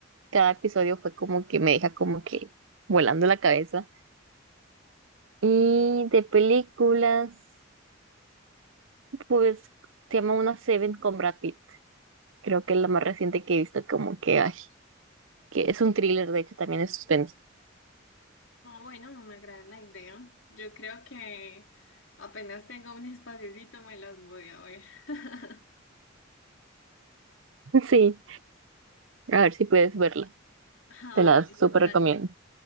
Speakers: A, on the right; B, on the left.
A: cada episodio fue como que me deja como que volando la cabeza. Y de películas, pues se llama una Seven con Brad Pitt. Creo que es la más reciente que he visto, como que, ay, que es un thriller, de hecho, también es suspenso.
B: No, bueno, me agrada la idea. Yo creo que apenas tengo un espaciocito me las voy a ver. <laughs>
A: <laughs> Sí, a ver si puedes verla.
B: Ah,
A: Te la
B: bueno,
A: súper
B: Dani,
A: recomiendo.